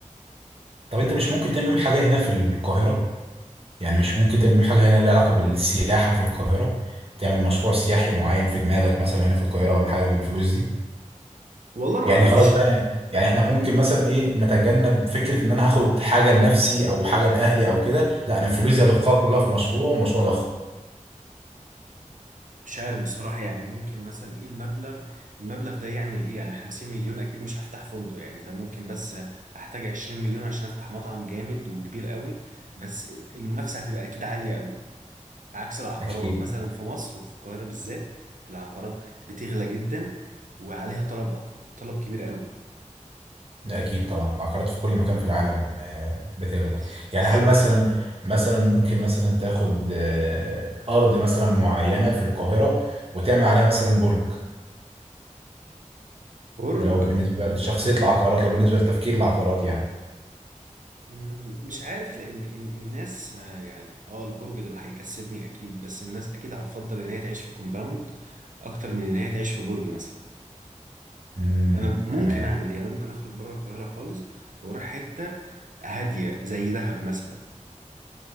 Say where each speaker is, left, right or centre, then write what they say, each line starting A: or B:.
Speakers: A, on the right; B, on the right.
A: طب انت مش ممكن تعمل يوم حاجه هنا في القاهره يعني مش ممكن تعمل حاجة هنا لها علاقة بالسياحة في القاهرة تعمل مشروع سياحي معين في دماغك مثلا هنا في القاهرة ولا حاجة بالفلوس دي
B: والله ما
A: يعني
B: أعرفش
A: خلاص بقى يعني
B: اه
A: احنا
B: يعني
A: ممكن مثلا ايه نتجنب فكرة ان انا هاخد حاجة لنفسي او حاجة لأهلي او كده لا انا الفلوس دي هضخها كلها في مشروع مشروع ضخم
B: مش عارف بصراحة يعني ممكن مثلا ايه المبلغ المبلغ ده يعمل ايه يعني 50 مليون اكيد مش هفتح فندق يعني ده ممكن بس احتاج 20 مليون عشان افتح مطعم جامد وكبير قوي بس المنافسة هتبقى اكيد عالية قوي عكس العقارات
A: اكيد
B: مثلا في مصر وفي القاهرة بالذات العقارات بتغلى جدا وعليها طلب أك... طلب كبير قوي
A: لا اكيد طبعا العقارات في كل مكان في العالم آه، بتغلى
B: بز-
A: يعني
B: بالظبط
A: هل مثلا مثلا ممكن مثلا تاخد آه، ارض مثلا معينة في القاهرة وتعمل عليها مثلا برج
B: برج
A: ده لو بالنسبة للشخصية العقارات لو بالنسبة لتفكير العقارات يعني
B: مم، مش عارف لان إن الناس آه، يعني اه البرج ده هيكسبني اكيد بس الناس اكيد هتفضل ان هي تعيش في كومباوند اكتر من ان هي تعيش في برج مثلا
A: امم
B: انا ب- ممكن
A: تمام
B: اعمل ايه انا ممكن اخرج بره القاهره خالص واروح حته هاديه زي دهب مثلا